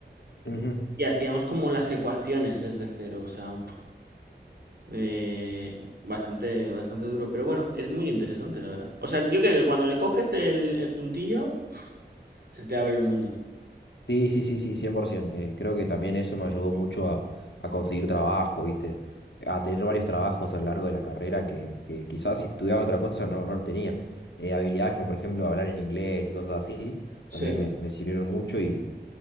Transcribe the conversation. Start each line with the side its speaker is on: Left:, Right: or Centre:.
Left: ujú.
Right: Y hacíamos como las ecuaciones desde cero, o sea, un- eh, bastante, bastante duro. Pero bueno, es muy interesante, la verdad. O sea, yo creo que cuando le coges el, el puntillo, se te abre el mundo.
Left: Sí, sí, sí, sí, 100%. Eh, creo que también eso me ayudó mucho a, a conseguir trabajo, ¿viste? A tener varios trabajos a lo largo de la carrera que, que quizás si estudiaba otra cosa no, no los tenía. Eh, habilidades como, por ejemplo, hablar en inglés y cosas así,
Right: Sí.
Left: también me, me sirvieron mucho Y